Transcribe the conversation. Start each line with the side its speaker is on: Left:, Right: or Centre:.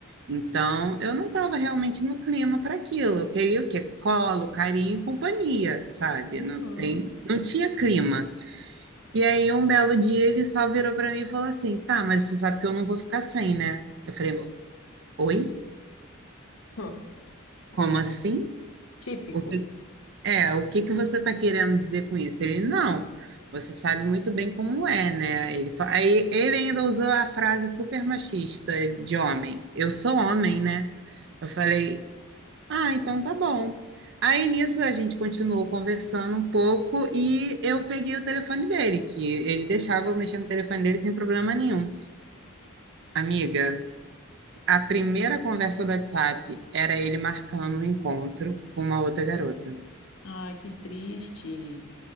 Right: Então, eu não estava realmente no clima para aquilo. Eu queria o quê? Colo, carinho e companhia, sabe?
Left: Uhum.
Right: Não tem, não tinha clima. E aí, um belo dia, ele só virou para mim e falou assim: tá, mas você sabe que eu não vou ficar sem, né? Eu falei: oi?
Left: <laughs> Hum,
Right: Como
Left: É,
Right: assim?
Left: típico.
Right: O É, o que que você está querendo dizer com isso? Ele, não, você sabe muito bem como é, né? Ele, fa- aí ele ainda usou a frase super machista de homem. Eu sou homem, né? Eu falei, ah, então tá bom. Aí nisso a gente continuou conversando um pouco e eu peguei o telefone dele, que ele deixava eu mexer no telefone dele sem problema nenhum. Amiga, a primeira conversa do WhatsApp era ele marcando um encontro com uma outra garota.
Left: Ai, que triste.